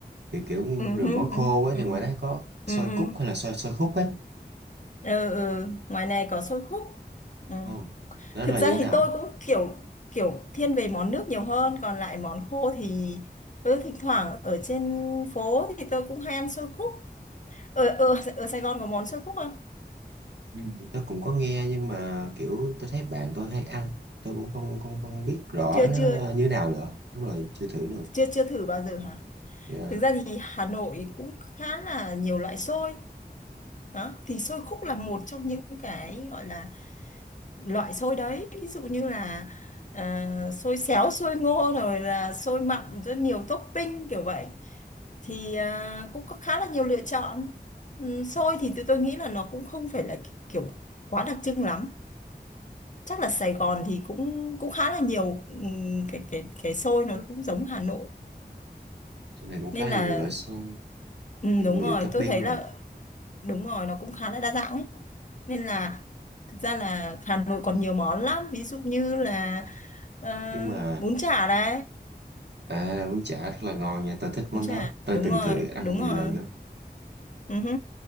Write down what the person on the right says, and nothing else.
Kiểu kiểu
rồi
món khô
ấy
thì ngoài
đó có
xôi
cúc hay là xôi xôi khúc ấy.
Ồ, đó
là
như thế nào
ấy?
Ừ. Tôi cũng có nghe nhưng mà kiểu tôi thấy bạn tôi hay ăn. Tôi cũng không không không biết rõ
nó
là như thế nào nữa. Đúng rồi, chưa thử được.
Yeah.
Trong này cũng
khá là
nhiều loại xôi.
kiểu
như
topping
nữa
nhưng mà
à bún chả rất là ngon nha tôi thích món
đó tôi
từng
thử ăn
nhiều
lần lắm